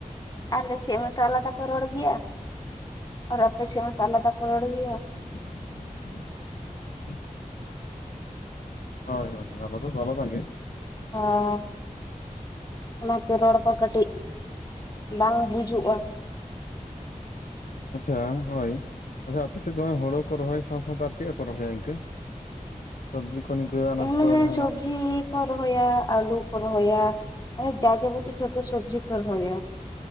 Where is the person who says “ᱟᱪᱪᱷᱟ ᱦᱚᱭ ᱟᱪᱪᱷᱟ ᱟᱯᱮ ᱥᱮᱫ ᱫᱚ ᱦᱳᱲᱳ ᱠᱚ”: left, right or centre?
Left